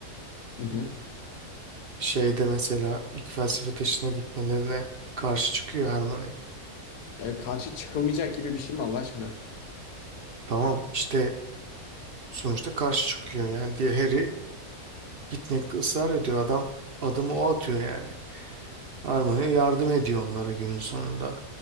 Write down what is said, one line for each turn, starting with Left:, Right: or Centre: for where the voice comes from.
Left: hı, hı.
Right: Şeyde mesela ilk felsefe taşına gitmelerine karşı çıkıyor Hermione.
Left: E, karşı çıkılmayacak gibi bir şey mi Allah aşkına?
Right: Tamam işte sonuçta karşı çıkıyor yani diye Harry gitmekte ısrar ediyor. Adam adımı o atıyor yani. Hermione yardım ediyor onlara günün sonunda.